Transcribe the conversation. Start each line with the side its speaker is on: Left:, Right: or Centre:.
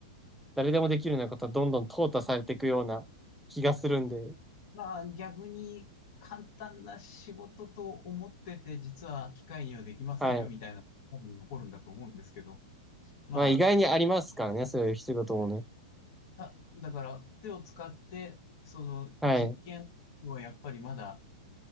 Centre: 誰でもできるようなことはどんどん淘汰されていくような気がするんで、
Left: まあ逆に簡単な仕事と思ってて、実は機械にはできませんよみたいな、
Centre: はい。
Left: 多分残るんだと思うんですけど、まあ、
Centre: まあ意外にありますからね、そういう仕事もね。
Left: ただから手を使って、その実験はやっぱりまだ、
Centre: はい。